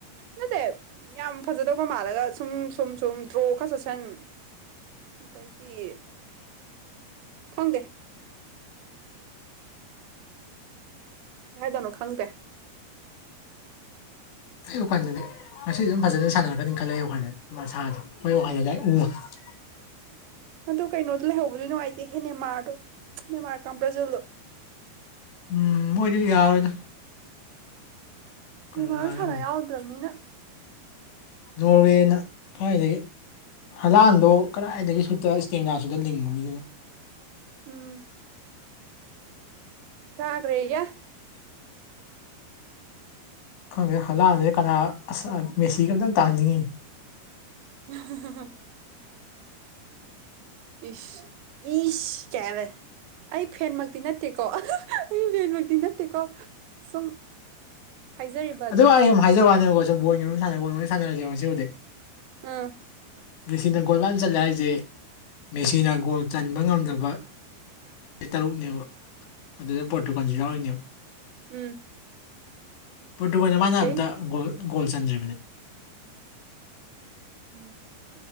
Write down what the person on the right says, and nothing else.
ꯅꯠꯇꯦ ꯌꯥꯝ ꯐꯖꯗꯧꯕ ꯃꯥꯜꯂꯒ ꯁꯨꯝ ꯁꯨꯝ ꯁꯨꯝ ꯗ꯭ꯔꯣ ꯈꯔ ꯆꯠꯁꯟ ꯑꯗꯩꯗꯤ ꯈꯪꯗꯦ ꯀꯩꯥ ꯍꯥꯏꯗꯣꯏꯅꯣ ꯈꯪꯗ꯭ꯔꯦ
ꯑꯗꯨ ꯀꯩꯅꯣꯗꯣ ꯂꯩꯍꯧꯕꯗꯤ ꯅꯨꯡꯉꯥꯏꯇꯦꯍꯦ ꯅꯦꯃꯥꯔꯗꯣ ꯅꯦꯃꯥꯔ ꯀꯥꯡ ꯕ꯭ꯔꯖꯜꯗꯣ
ꯅꯦꯃꯥꯔꯁꯨ ꯁꯥꯟꯅ
ꯌꯥꯎꯗ꯭ꯔꯕꯅꯤꯅ
ꯎꯝ ꯀꯥꯒꯔꯦꯌꯦ
<unintelligible> ꯏꯁ ꯏꯁ ꯀꯦꯕ ꯑꯩ ꯐꯦꯟꯃꯛꯇꯤ ꯅꯠꯇꯦꯀꯣ ꯑꯩ ꯐꯦꯟꯃꯛꯇꯤ ꯅꯠꯇꯦꯀꯣ ꯁꯨꯝ ꯍꯥꯏꯖꯔꯤꯕ
ꯑꯗꯨꯅꯤ
ꯑꯥ
ꯎꯝ
ꯑꯣꯀꯦ
ꯎꯝ
ꯎꯝ